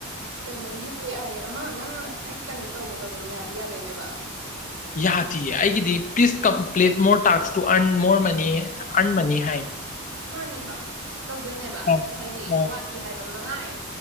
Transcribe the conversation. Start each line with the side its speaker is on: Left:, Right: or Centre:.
Right: ꯀꯩꯅꯣ ꯌꯨ ꯑꯄꯤ ꯑꯥꯏ ꯑꯃ ꯅꯪ ꯍꯦꯛ ꯀꯅꯦꯛ ꯇꯧꯕꯒ ꯑꯗꯨꯝ ꯌꯥꯗꯤ ꯌꯥꯗꯣꯏꯅꯦꯕ
Left: ꯌꯥꯗꯌꯦ ꯑꯩꯒꯤꯗꯤ please complete more tasks to earn more money earn money ꯍꯥꯏ
Right: ꯃꯥꯅꯦꯕ ꯇꯧꯗꯣꯏꯅꯦꯕ
Left: ꯑ
Right: ꯍꯥꯏꯗꯤ
Left: ꯑ
Right: ꯋꯥꯠꯂꯤ ꯍꯥꯏꯕ ꯃꯉꯥꯔꯛ